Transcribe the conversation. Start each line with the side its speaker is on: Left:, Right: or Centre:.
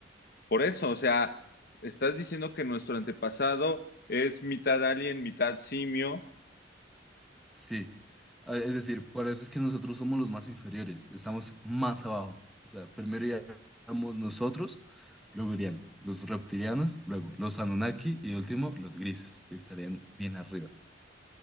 Left: Por eso, o sea, estás diciendo que nuestro antepasado es mitad alien, mitad simio.
Centre: Sí, Ah, es decir, por eso es que nosotros somos los más inferiores, estamos más abajo. O sea, primero iríamos nosotros, luego irían los reptilianos, luego los Anunnaki y de último los grises, que estarían bien arriba.